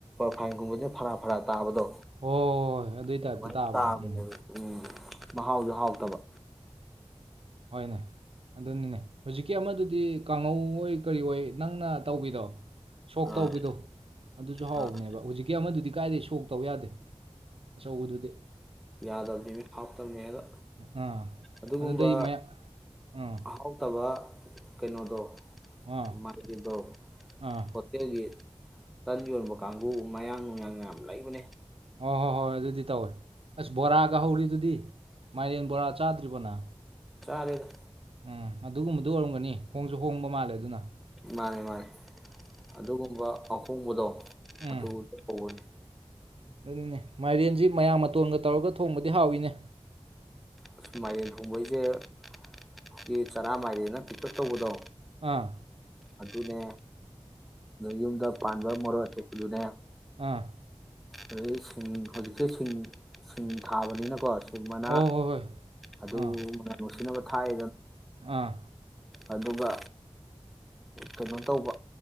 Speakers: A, in the centre; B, on the right.
A: ꯐꯥꯏꯒꯨꯝꯕꯦ ꯐꯔꯥ ꯐꯔꯥ ꯇꯥꯕꯗꯣ
B: ꯍꯣꯏ ꯑꯗꯨꯏ ꯇꯥꯏꯞꯇ
A: ꯑꯗꯨꯃꯥꯏꯅ
B: ꯇꯥꯕꯗꯣ
A: ꯇꯥꯕꯅꯦ
B: ꯎꯝ
A: ꯎꯝ ꯃꯍꯥꯎꯁꯨ ꯍꯥꯎꯇꯕ
B: ꯍꯣꯏꯅꯦ ꯑꯗꯨꯅꯤꯅꯦ ꯍꯧꯖꯤꯛꯀꯤ ꯑꯃꯗꯨꯗꯤ ꯀꯥꯡꯍꯧ ꯑꯣꯏ ꯀꯔꯤ ꯑꯣꯏ ꯅꯪꯅ ꯇꯧꯕꯤꯗꯣ ꯁꯣꯛ
A: ꯑꯥ
B: ꯇꯧꯕꯈꯤꯕꯗꯣ ꯑꯗꯨꯁꯨ ꯍꯥꯎꯕꯅꯦꯕ
A: ꯑꯥ
B: ꯍꯧꯖꯤꯛ ꯀꯦ ꯑꯃꯗꯨꯗꯤ ꯀꯥꯏꯗꯦ ꯁꯣꯛ ꯇꯧ ꯌꯥꯗꯦ ꯑꯆꯧꯕꯗꯨꯗꯤ
A: ꯌꯥꯗꯕꯅꯤ ꯍꯥꯎꯇꯕꯅꯤꯗꯣ
B: ꯑꯥ
A: ꯑꯗꯨꯒꯨꯝꯕ
B: ꯑꯗꯨꯗꯩ ꯃꯌꯥ ꯑꯥ
A: ꯍꯥꯎꯇꯕ ꯀꯩꯅꯣꯗꯣ
B: ꯑꯥ
A: ꯃꯥꯒꯤꯗ
B: ꯑꯥ
A: ꯐꯠꯇꯒꯤ ꯇꯟ ꯌꯣꯟꯕ ꯀꯥꯡꯕꯨ ꯃꯌꯥꯡ ꯅꯨꯡꯌꯥꯡ ꯌꯥꯝ ꯂꯩꯕꯅꯦ
B: ꯍꯣꯏ ꯍꯣꯏ ꯍꯣꯏ ꯑꯗꯨꯗꯤ ꯇꯧꯋꯦ ꯑꯁ ꯕꯣꯔꯥꯒ ꯍꯧꯔꯤꯗꯨꯗꯤ ꯃꯥꯏꯔꯦꯟ ꯕꯣꯔꯥ ꯆꯥꯗ꯭ꯔꯤꯕꯅ
A: ꯆꯔꯦꯗ
B: ꯎꯝ ꯑꯗꯨꯒꯨꯝꯕꯗꯨ ꯑꯣꯏꯔꯝꯒꯅꯤ ꯍꯣꯡꯁꯨ ꯍꯣꯡꯕ ꯃꯥꯜꯂꯦ ꯑꯗꯨꯅ
A: ꯃꯥꯅꯤ ꯃꯥꯅꯤ ꯑꯗꯨꯒꯨꯝꯕ ꯑꯍꯣꯡꯕꯗꯣ
B: ꯎꯝ
A: ꯑꯗꯨ ꯑꯗꯨꯕꯨ ꯀꯒꯅꯤ
B: ꯑꯗꯨꯅꯦ ꯃꯥꯏꯔꯦꯟꯁꯤ ꯃꯌꯥꯝ ꯃꯇꯣꯟꯒ ꯇꯧꯔꯒ ꯊꯣꯡꯕꯗꯤ ꯍꯥꯎꯏꯤꯅꯦ
A: ꯑꯁ ꯃꯥꯏꯔꯦꯟ ꯊꯣꯡꯕꯩꯁꯦ ꯑꯩꯈꯣꯏꯒꯤ ꯆꯔꯥ ꯃꯥꯏꯔꯦꯅ ꯄꯤꯛ ꯎꯞ ꯇꯧꯕꯗꯣ
B: ꯑꯥ
A: ꯑꯗꯨꯅꯦ ꯌꯨꯝꯗ ꯄꯥꯟꯕ ꯃꯣꯛ ꯑꯊꯦꯛꯄꯗꯨꯅꯦ
B: ꯑꯥ
A: ꯑꯗꯩ ꯁꯤꯡ ꯍꯧꯖꯤꯛꯁꯦ ꯁꯤꯡ ꯁꯤꯡ ꯊꯥꯕꯅꯤꯅꯀꯣ ꯑꯗꯨꯒꯨꯝꯕꯅ
B: ꯍꯣꯏ ꯍꯣꯏ ꯍꯣꯏ
A: ꯑꯗꯨ
B: ꯑꯥ
A: ꯃꯅ ꯅꯨꯡꯁꯤꯅꯕ ꯎ ꯈꯥꯏ
B: ꯑꯥ
A: ꯑꯗꯨꯒ ꯀꯩꯅꯣ ꯇꯧꯕ